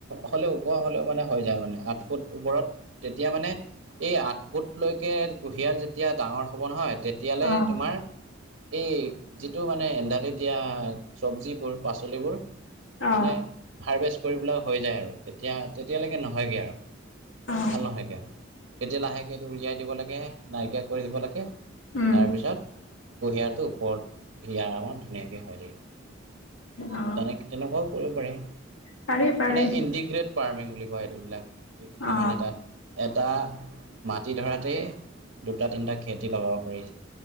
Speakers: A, on the right; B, on the left.
A: হ' ওপৰ হ'লেও মানে হৈ যায় মানে, আঠ ফুট ওপৰত তেতিয়া মানে এই আঠ ফুট লৈকে কুঁহিয়াৰ যেতিয়া ডাঙৰ হ'ব নহয় তেতিয়ালে
B: অ
A: তোমাৰ এই যিটো মানে এন্দালি দিয়া চবজিবোৰ পাচলিবোৰ
B: অ
A: মানে হাৰভেষ্ট কৰিবলে হৈ যায় আৰু তেতিয়া তেতিয়ালৈকে নহয়গৈ আৰু
B: অ
A: ভাল নহয়গৈ আৰু। তেতিয়া লাহেকৈটো উলিয়াই দিব লাগে নাইকিয়া কৰি দিব লাগে,
B: উম
A: তাৰপিছত কুহিয়াৰৰ টো ওপৰত হিয়াৰ আমাৰ ধুনীয়াকে হয় থাকিব।
B: অ
A: তেনেক তেনেকুৱা পাৰি,
B: পাৰি পাৰি
A: মানে ইটিগ্ৰেট ফাৰ্মিং বুলি কয় এইবিলাক য কেইটা
B: অ
A: মানে তাত এটা মাটি ধৰাতে দুটা তিনিটা খেতি লগাব পাৰি।